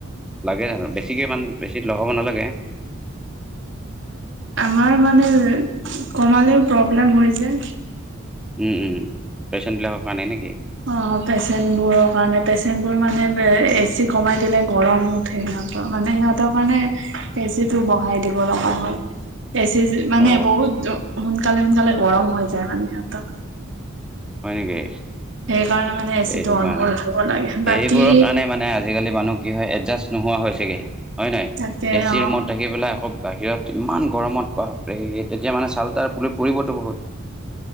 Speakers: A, in the centre; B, on the right.
A: লাগে জানো বেছিকৈ মানে বেছি লগাব নালাগে
B: আমাৰ মানে কমালেও প্ৰব্লেম হৈ যে
A: পেচণ্টবিলাকৰ কাৰণে নেকি,
B: অ পেচেণ্ট বোৰৰ কাৰণে পেচেণ্ট বোৰ মানে এচি কমাই দিলে গৰমত সিহঁতৰ মানে সিহঁতৰ কাৰণে এচি টো বঢ়াই দিব লগা হয় এচি <unintelligible> মানে
A: অ
B: বহুত সোনকালে সোনকালে গৰম হৈ যায় মানে সিহঁতৰ।
A: হয় নেকি।
B: সেই কাৰণে মানে এ চি
A: এইটো
B: টো অন
A: কাৰণে
B: কৰি থব লাগে বাকী
A: সেইবোৰৰ কাৰণে মানে আজিকালি মানুহ কি হয় এডজাষ্ট নোহোৱা হৈছেগে হয় নহয়
B: তাকে
A: এ চি
B: অ
A: ৰুমত থাকি পেলাই আকৌ বাহিৰত ইমান গৰমত বাপৰে তেতিয়া মানে চাল তাল পুৰি পৰিবতো বহুত